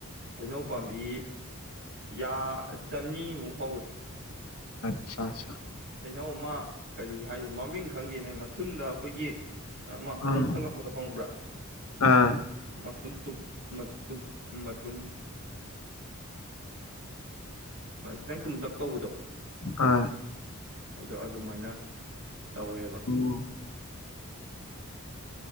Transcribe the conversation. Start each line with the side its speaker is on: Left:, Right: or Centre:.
Right: ꯍꯩꯅꯧ ꯄꯥꯝꯕꯤ ꯌꯥ ꯆꯅꯤꯃꯨꯛ ꯍꯧꯏ
Left: ꯑꯆꯥ ꯑꯆꯥ
Right: ꯍꯩꯅꯧ ꯑꯃ ꯀꯔꯤ ꯍꯥꯏꯗ ꯃꯃꯤꯡ ꯈꯪꯗꯦꯅꯦ ꯃꯊꯟꯗ ꯑꯩꯈꯣꯏꯒꯤ ꯑꯃ ꯀꯣꯡꯈꯠꯂꯛꯄꯗ
Left: ꯎꯝ
Right: ꯍꯪꯕ꯭ꯔꯥ
Left: ꯑꯥ
Right: ꯃꯊꯨꯝ ꯃꯇꯨꯝ ꯈꯤꯇꯪ ꯇꯨꯝꯇꯛ ꯇꯧꯕꯗꯣ
Left: ꯑ
Right: ꯑꯗꯣ ꯑꯗꯨꯃꯥꯏꯅ ꯇꯧꯋꯦꯕ
Left: ꯑꯣ